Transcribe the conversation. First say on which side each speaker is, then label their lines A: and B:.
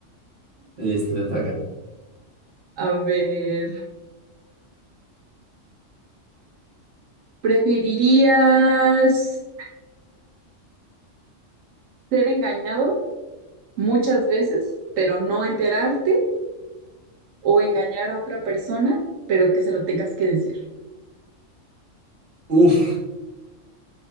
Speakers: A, on the right; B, on the right.
A: Listo, te toca.
B: A ver, ¿preferirías ser engañado muchas veces, pero no enterarte, o engañar a otra persona, pero que se lo tengas que decir?
A: Uf,